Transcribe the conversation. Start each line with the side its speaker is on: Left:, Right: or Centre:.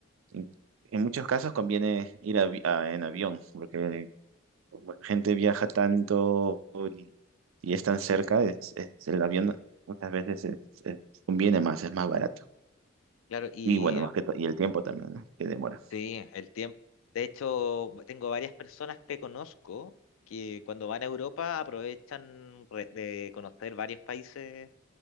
Right: en, en muchos casos conviene ir avi- a- en avión, porque como la gente viaja tanto y, y es tan cerca, es, es- el avión muchas veces es- es- conviene más, es más barato.
Left: Claro, y
Right: Y bueno, más que todo, y el tiempo también, ¿no? Que demora.
Left: Sí, el tiempo. De hecho, tengo varias personas que conozco que cuando van a Europa aprovechan re- de conocer varios países